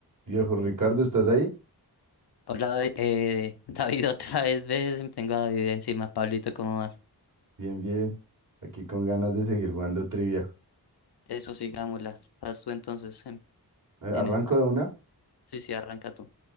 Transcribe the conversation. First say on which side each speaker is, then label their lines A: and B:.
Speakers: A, on the right; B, on the left.
A: Viejo Ricardo, ¿estás ahí?
B: Hola, Davi- eh, <laughs> David, otra vez, ves, tengo a David encima, Pablito, ¿cómo vas?
A: Bien, bien. Aquí con ganas de seguir jugando trivia.
B: Eso sigámosla, vas tú entonces en,
A: Eh,
B: en
A: ¿Arranco
B: esta.
A: de una?
B: Sí, sí, arranca tú.